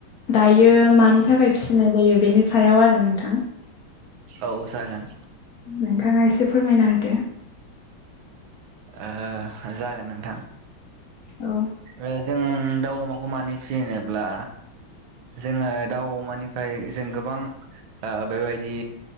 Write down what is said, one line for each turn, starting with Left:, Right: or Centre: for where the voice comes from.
Left: दायो मानि थाखाय फिसिनाय जायो बेनि सायाव आरो नोंथां।
Right: औ जागोन
Left: नोंथाङा एसे फोरमायना होदो।
Right: ओ जागोन नोंथां।
Left: औ
Right: ओ जों दाउ अमाखौ मानो फिसियो होनोब्ला जोङो दाउ अमानिफ्राय जों गोबां ओ बेबायदि